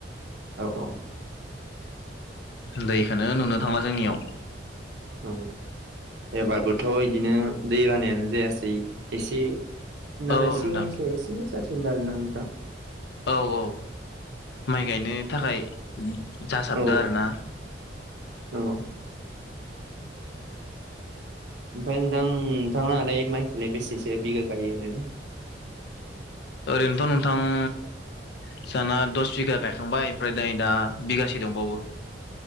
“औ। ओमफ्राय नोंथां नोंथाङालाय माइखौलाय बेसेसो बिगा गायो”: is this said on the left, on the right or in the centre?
Right